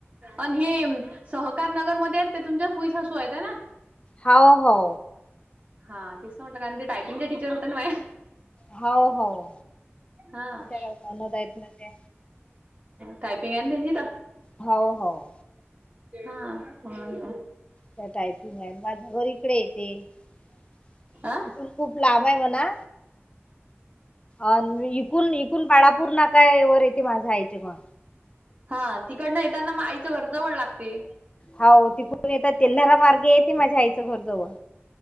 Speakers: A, on the right; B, on the left.
A: आणि हे सहकार नगरमध्ये आहेत ते तुमच्या फुई सासू आहेत आहे ना?
B: हो हो.
A: हा तेसं म्हटलं आणि ते टायपिंगचे टीचर होते ना.
B: हाव हाव
A: हा.
B: त्या ननद ते
A: टायपिंग आहे ना त्यांची तर.
B: हाव हाव
A: <inaudible> हा होय.
B: त्या टायपिंग आहे माझं घर इकडे येते. <inaudible>
A: आ
B: खूप लांब आहे म्हणा. अ इथून-इथून बाळापूर नाका एवर येते माझं आईचे पण.
A: हा तिकडनं येताना मग आईचं घर जवळ लागते.
B: हो तिथून येत तेल्हारा मार्ग आहेेत ते माझ्या आईचं घरजवळ.